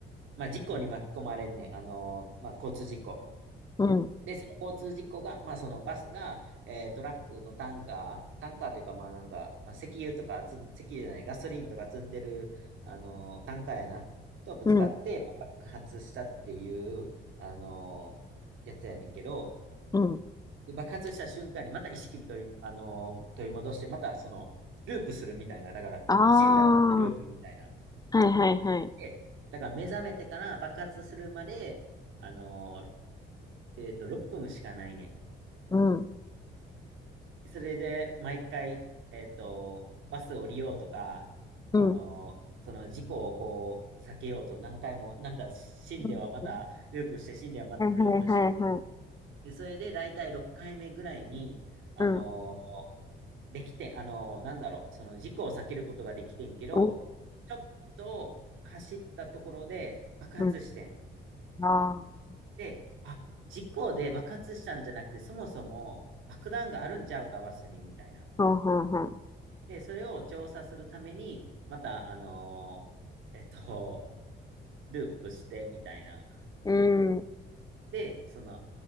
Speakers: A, on the right; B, on the left.
A: まあ、事故に巻き込まれんねん。あの、まあ、交通事故。
B: うん、うん。
A: で、その交通事故が、まあ、そのバスが、えートラックのタンカー、タンカーというか、まあ、なんか、まあ石油とかつん、石油じゃない、ガソリンとか積んでる、あの、タンカーやな、とぶつかって、
B: うん
A: まあ爆発したっていう、あの、やつやねんけど、
B: うん
A: で爆発した瞬間にまた意識取り、あの、取り戻して、またその、ループするみたいな。だから、
B: あ
A: 死んだらまたループみたいな。
B: あはいはいはい。
A: でだから目覚めてから爆発するまで、あのーえっと、6分しかないね
B: うん、
A: ん。それで、毎回、えっと、バス降りようとか、
B: うん。
A: あのーその事故をこう、避けようと何回も、なんか死んではまたループして、
B: うん
A: 死んではまたループして。
B: はいはいはいはい。
A: で、それで大体6回目ぐらいに、あのー
B: うん、
A: できて、あのーなんだろう、その事故を避けることができてんけど、
B: うん、
A: ちょっと走ったところで爆発してん。
B: うん。ああ、
A: で、あ、事故で爆発したんじゃなくて、そもそも爆弾があるんちゃうか、バスに、みたいな。
B: ほうほうほう。
A: で、それを調査するために、また、あのーえっと、ループして、みたいな。
B: うん、
A: で、その、